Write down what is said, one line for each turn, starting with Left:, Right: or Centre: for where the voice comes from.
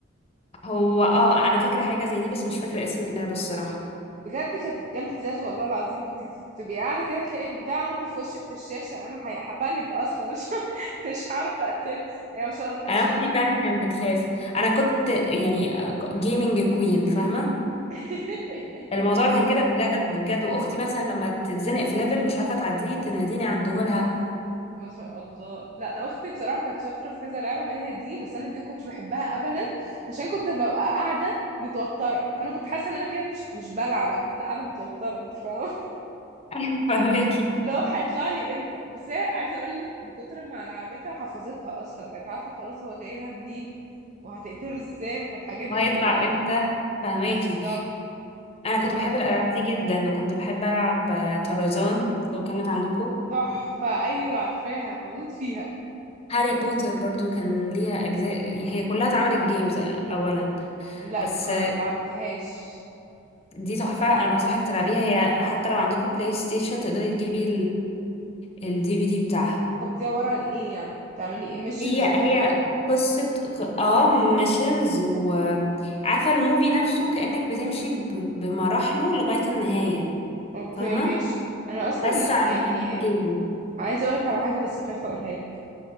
Left: هو اه انا فاكره حاجه زي دي بس مش فاكره اسم اللعبه الصراحه
Right: بجد كانت جلد ذات والله العظيم كنت تبقي قاعدة كده تلاقي البتاع نط في وشك في الشاشة انا هي- هبانك اصلا مش <laughs> مش عارفة اقتله هي ما شاء الله كانت
Left: انا
Right: شاطرة
Left: اختي فعلا كانت بتخاف انا كنت يعني جيمنج كوين فاهمه
Right: <laughs>
Left: الموضوع كان كده بجد بجد واختي مثلا لما تتزنق في ليفل مش عارفه تعديه تناديني عدهولها <laughs>
Right: ما شاء الله لا انا اختي بصراحه كانت شاطره في كذا لعبه منها دي بس انا دي ما كنتش بحبها ابدا عشان كنت ببقى قاعده متوتره فانا كنت حاسه ان انا كده مش مش بلعب انا كده قاعده متوتره انت فاهمه
Left: ايوه فهماكي
Right: <laughs> اللي هو هيطلع لي امتى بس هي عايزه اقول لك من كتر ما لعبتها حفظتها اصلا بقت عارفه خلاص هو جاي لها منين وهتقتله ازاي والحاجات
Left: وهيطلع
Right: دي كلها
Left: امتى فهماكي
Right: بالظبط
Left: انا
Right: فمن
Left: كنت بحب
Right: كتر
Left: الالعاب دي جدا وكنت بحب العب آه، طرزان لو كانت عندكم
Right: تحفه ايوه عارفاها بموت فيها
Left: هاري بوتر برضو كان ليها اجزاء يعني هي كلها اتعملت جيمز اولا
Right: لا
Left: بس
Right: ما
Left: آه،
Right: لعبتهاش
Left: دي تحفه انا بنصحك تلعبيها هي حتى لو عندكم بلاي ستيشن تقدري تجيبي الدي في دي بتاعها
Right: طب دي عبارة عن ايه يعني بتعملي emissions
Left: هي هي
Right: وكده
Left: قصة ق- اه ميشنز وعارفة الموفي نفسه كأنك بتمشي ب- بمراحله لغاية النهاية
Right: اوكي
Left: فاهمة
Right: ماشي انا اصلا
Left: بس على
Right: يعني
Left: نهاية الجيم
Right: عايزه اقولك على حاجه بس خايفه اقولها لك